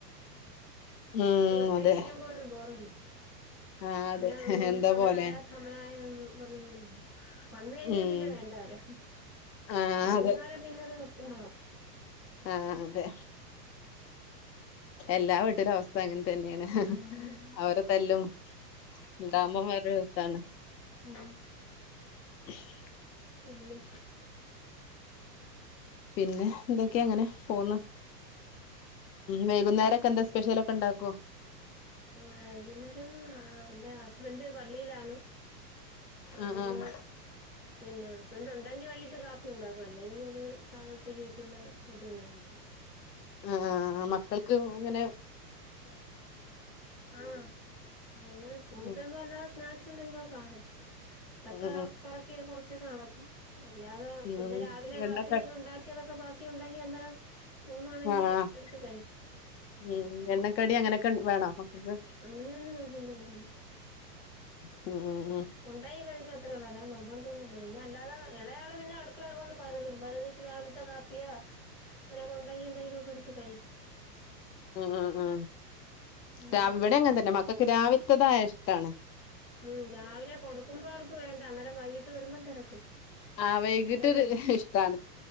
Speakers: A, on the left; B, in the centre.
A: ഉം
B: ഒറ്റയ്ക്ക്
A: അതെ
B: ഇരിക്കുമ്പോ ഒരു ബോർ അടിയ
A: ആഹ്
B: പിന്നെ
A: അതെ
B: അങ്ങനെ
A: എന്തോ
B: സമയം
A: പോലെയാണ്
B: ആയാ സമയം ആയ മ്മ് പറഞ്ഞി കഴിഞ്ഞാൽ വന്നു കഴിഞ്ഞാൽ
A: ഉം
B: പിന്നെ വേണ്ട അവരെ
A: ആഹ്
B: വരുന്ന വരെ പിന്നെ ഒരു വെപ്രാളം
A: ആ അതെ എല്ലാവീട്ടിലും അവസ്ഥ അങ്ങനെ തന്നെ തന്നെയാണ്
B: ഉം
A: അവരെ തല്ലും <inaudible> ഉണ്ടാവുമ്പോ ഒരു ഇതാണ്
B: മ്മ്
A: <inaudible>
B: പിന്നെ
A: പിന്നെ എന്തൊക്കെ അങ്ങനെ പോവുന്നു വൈകുന്നേരയൊക്കെ എന്താ സ്പെഷ്യലൊക്കെ ഇണ്ടാക്കോ
B: ഹ്മ്മ് വൈകുന്നേരം ആ എന്റെ ഹുസ്ബൻഡ് പള്ളിയിൽ ആണ് അയിന്
A: ആഹ് ആഹ്
B: പിന്നെ ഹസ്ബൻഡ് ഉണ്ടെങ്കിൽ വൈകീട്ട് കാപ്പി ഇണ്ടാക്കും അല്ലെങ്കി പിന്നെ സാദാ ഉച്ചയ്ക്ക് വെയ്ക്കുന്ന ഫുഡ്ഡ് ന്നെ കഴിക്യും
A: ആ മക്കൾക്ക് അങ്ങനെ
B: ആ അങ്ങന സ്കുൾ ഇട്ട്
A: ഉം
B: വരുബ വല്ല സ്നാക്സ് എത്നങ്കിലൊക്ക കാണും തക്ക
A: ഉം
B: പൊറക്കി കൊർചൊക്ക ന്നടക്കും അല്ലാത
A: ഉം
B: പിന്നെ
A: ഉം
B: രാവിലെ
A: എണ്ണക്ക
B: കാപ്പി എത്നേലും ഉണ്ടാക്കിത്തൊക്കെ ബാക്കി ക്കെ ഉണ്ടെങ്കി <unintelligible>
A: ആഹ് ആഹ്
B: എടുത്ത് കഴിക്കും
A: മ്ഹ് എണ്ണക്കടി അങ്ങനെ ക്കെൻ വേണോ? മക്കൾക്ക്
B: അങ്ങനെ യങ് നിർബന്തൊന്നുല്ല
A: അ ആ
B: കൊണ്ടൊയ് <unintelligible> അത്രേള്ളൂ അല്ലാതെനിർബന്തൊന്നുല്ല പിന്നെ അല്ലാതെ എളേ ആള് പിന്നെ അട്ക്കളേ വന്ന് പരതും പരതിട്ട് രാവിൽത്തെ കാപ്യോ അങനൊക്കെ ഉണ്ടെങ്കി എന്തെങ്കിലൊക്കെ ഇട്ത്ത് കയ്
A: അ അ ആ
B: ഉം
A: രാ ഇവടിം അങ്ങൻത്തെന്നെ മക്കക്ക് രാവിൽത്തതായ ഷ് ട്ടാണ്
B: ഉം രാവിലെ കൊടുക്കുമ്പോ അവർക്ക് വേണ്ട അന്നേരം വൈകിട്ട് വെരുമ്പം തെരക്കും
A: ആഹ് വൈകിട്ടൊരു
B: അന്നേരം കഴ്
A: ഇഷ്ടാണ്